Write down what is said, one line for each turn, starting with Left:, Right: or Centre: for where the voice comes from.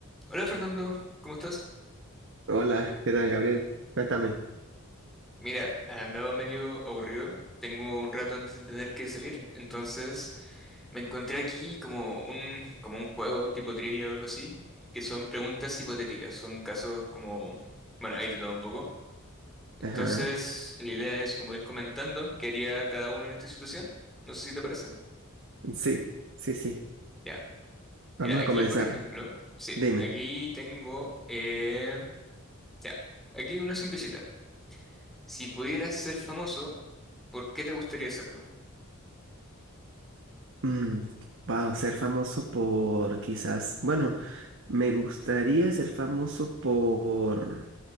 Centre: Hola Fernando, ¿cómo estás?
Right: Hola, ¿qué tal, Gabriel? Cuéntame.
Centre: Mira, andaba medio aburrido. Tengo un rato antes de tener que salir, entonces me encontré aquí como un, como un juego tipo trivia o algo así, que son preguntas hipotéticas, son casos como, bueno, ahí te todo un poco. Entonces,
Right: Ajá.
Centre: la idea es como ir comentando qué haría cada uno en esta situación. No sé si te parece.
Right: Sí, sí, sí.
Centre: Ya, mira,
Right: Vamos
Centre: aquí
Right: a comenzar.
Centre: por ejemplo, sí,
Right: Dime.
Centre: aquí tengo, eh, ya, aquí una simplecita. Si pudieras ser famoso, ¿Por qué te gustaría hacerlo?
Right: Mm, wow, ser famoso por quizás. Bueno, me gustaría ser famoso por